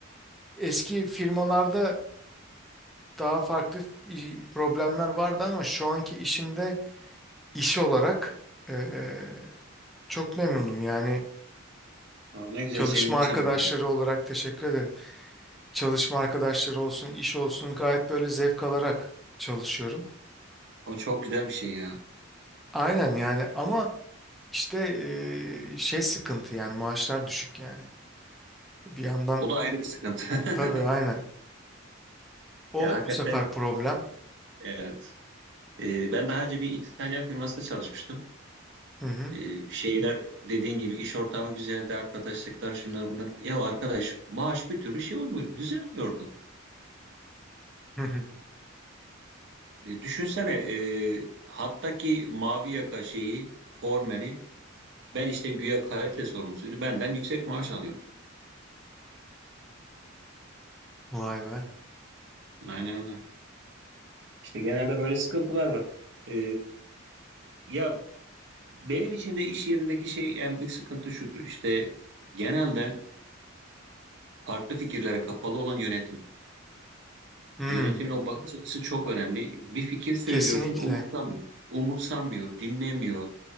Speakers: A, in the centre; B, on the right (about 55°).
A: eski firmalarda daha farklı i- problemler vardı ama şu anki işimde iş olarak eee, çok memnunum yani
B: Aa, ne güzel
A: çalışma
B: sevindim
A: arkadaşları
B: senin adına.
A: olarak teşekkür ederim. Çalışma arkadaşları olsun, iş olsun gayet böyle zevk alarak çalışıyorum.
B: O çok güzel bir şey ya.
A: Aynen yani ama işte eee, şey sıkıntı yani maaşlar düşük yani. Bir yandan
B: O da ayrı bir sıkıntı. <laughs>
A: tabii aynen. O
B: Ya hakikaten
A: bu sefer problem.
B: evet. Ee, ben daha önce bir İtalyan firmasında çalışmıştım.
A: Hı hı.
B: Ee, şeyler dediğin gibi iş ortamı güzeldi, arkadaşlıklar şunlar bunlar. Ya arkadaş maaş bir türlü şey olmuyor, düzelmiyordu.
A: Hı hı.
B: E, düşünsene e, hattaki mavi yaka şeyi, formeni Ben işte güya kalite sorumlusuydu. Benden yüksek maaş alıyordu.
A: Vay be.
B: Aynen öyle. İşte genelde böyle sıkıntılar var. Ee, ya benim için de iş yerindeki şey en büyük sıkıntı şudur. İşte genelde farklı fikirlere kapalı olan yönetim.
A: Hmm,
B: Yönetimin o bakış açısı çok önemli. Bir fikir söylüyorsun
A: kesinlikle.
B: umursamıyor. Umursamıyor, dinlemiyor.